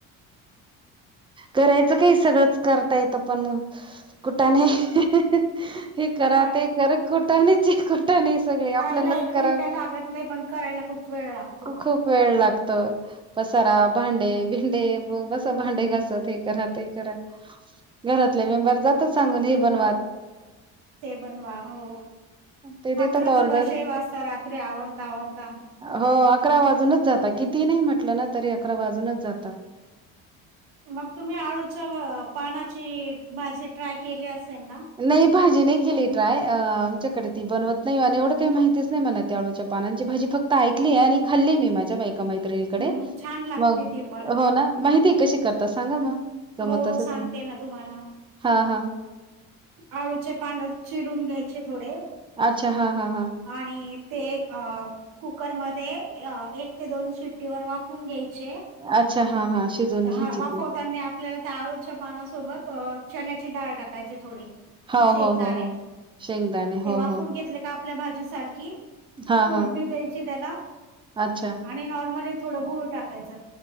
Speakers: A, on the right (about 15°); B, on the right (about 85°).
A: करायचं काही सगळंच करता येत पण कुठा नाही हे करा
B: कुटाणे
A: ते कर खुटा च नाही सगळे आपल्यानाच
B: खायला एक मिनिट
A: करा
B: लागत नाही पण करायला खूप वेळ लागतो
A: खूप वेळ लागतो पसारा भांडे भिंडे बस भांडे घ क करा घरातले मेंबर जात सांगून हे बन
B: ते बनवा हो
A: ते देतात
B: अकरा
A: ऑर्डर
B: तर कश वाचता रात्री आवडता आवडता
A: हो अकरा वाजूनच जातात किती नाही म्हटलं ना तरी अकरा वाजूनच जातात
B: मग तुम्ही आळूच्या पानाची भाजी ट्राय केली अस ना
A: नाही भाजी नाही केली ट्रय आमच्याकडे ती बनवत नाही आणि एवढं काही माहितीच नाही मला त्याळूच्या पानांची भाजी फक्त ऐकली आहे आणि खाल्ली मी माझ्या बायका माहिती
B: हम्म छान लागते
A: मग
B: ती पण
A: हो ना माहिती कशी करताात सांगा. मग जमत
B: हो
A: असेल
B: सांगते
A: तर
B: ना तुम्हाला
A: हां, हां.
B: आणिचे पाण्यात चिरून घ्यायचे थोडे
A: अच्छा. हा हा हा
B: आणि ते अ कुकर मध्ये एक ते दोन शिट्टी व वाफून घ्यायचे.
A: अच्छा हां, हां. शिजवून
B: हा
A: घ्यायची
B: वाफवत
A: ती.
B: आपल्याला त्या आळूच्या पानासोबत चण्याची डाळ टाकायची थोडी
A: हा हो
B: शेंगदाणे
A: हो हो हो शेंगदाणे
B: ते
A: हो
B: वाफून
A: हो
B: घेतले का आपल्या भाजूसारखी
A: हां,
B: फोडनी
A: हां.
B: द्यायची त्याला
A: अच्छा.
B: आणि नॉर्मली थोड गुळ टाकायच.